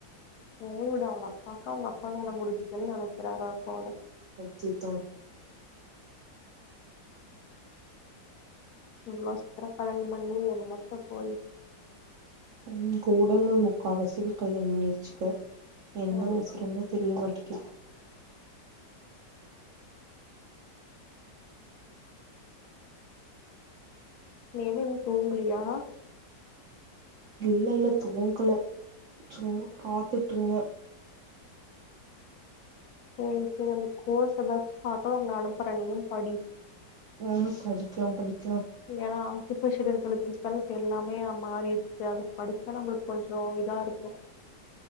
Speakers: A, on the left; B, on the right.
A: சேரி விடு அவுங்க அப்பாக்கு அவுங்க அப்பா வேல முடிஞ்சதுன்னு நெனைக்கிறா போல
B: அதுதா
A: இவ்ளோ அஸ்திர கல்யாணம் பண்ணி என்னத்த போயி
B: உம் கூட இருந்த முக்காவாசிக்கு கல்யாணோ பண்ணிருச்சுக என்ன
A: அதுதான்.
B: அவசரந்தா தெரிய மாட்டீங்கிது
A: நீ என்ன இன்னு தூங்கலயா
B: இல்ல இல்ல தூங்கல சும்மா பாத்துட்டு இந்த
A: சேரி சேரி அந்த கோர்ஸ் எதாச்சு பாக்கலா உன்ன அனுப்புற நீயு படி
B: ம் படிக்லா படிக்லா
A: ஏனா திப்ப சீரன் கழுத்தச்சான இப்ப எல்லாமே மாறிடுச்சு அது படிச்சாலு நம்ளுக்கு கொஞ்சோ இதா இருக்கு